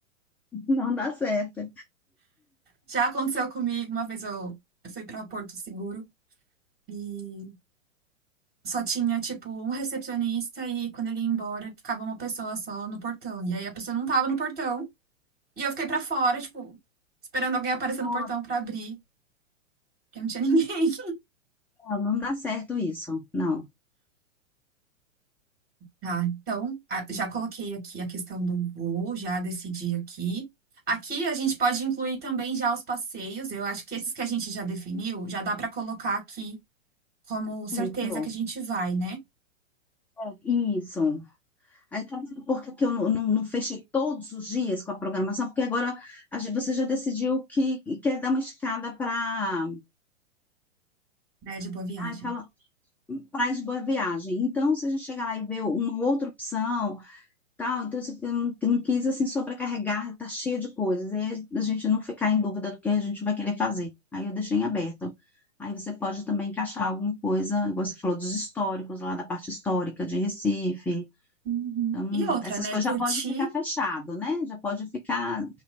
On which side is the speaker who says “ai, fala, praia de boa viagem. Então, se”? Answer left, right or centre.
Centre